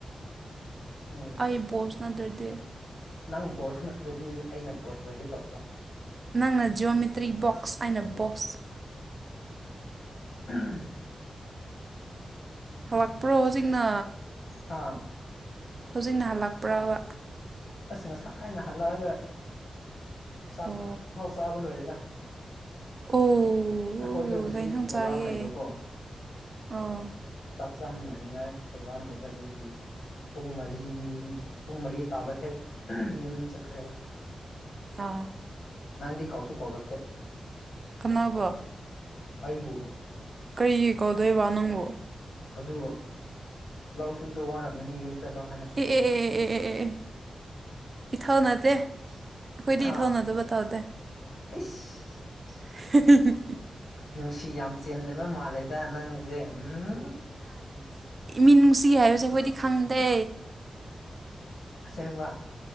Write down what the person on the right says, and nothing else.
ꯑꯩꯕꯣꯁ ꯅꯠꯗ꯭ꯔꯗꯤ꯫
ꯅꯪꯅ ꯖꯤꯑꯣꯃꯦꯇ꯭ꯔꯤ ꯕꯣꯛꯁ ꯑꯩꯅ ꯕꯣꯁ꯫
ꯍꯜꯂꯛꯄ꯭ꯔꯣ ꯍꯧꯖꯤꯛꯅ
ꯍꯧꯖꯤꯛꯅ ꯍꯜꯂꯛꯄ꯭ꯔꯕ꯫
ꯑꯣ
ꯑꯣ
ꯑꯣ
ꯀꯩ ꯏꯟꯁꯥꯡ
ꯆꯥꯒꯦ
ꯑꯣ
ꯑꯥ꯫
ꯀꯅꯥꯕꯨ꯫
ꯀꯔꯤꯒꯤ ꯀꯧꯗꯣꯏꯕ ꯅꯪꯕꯨ꯫
ꯑꯦ ꯑꯦ
ꯑꯦ ꯑꯦ ꯑꯦ ꯑꯦ꯫ ꯏꯊꯧꯅꯠꯗꯦ ꯑꯩꯈꯣꯏꯗꯤ
ꯏꯊꯧꯅꯠꯗꯕ ꯇꯧꯗꯦ꯫
<unintelligible>
ꯃꯤꯅꯨꯡꯁꯤ ꯍꯥꯏꯕꯁꯦ ꯑꯩꯈꯣꯏꯗꯤ ꯈꯪꯗꯦ꯫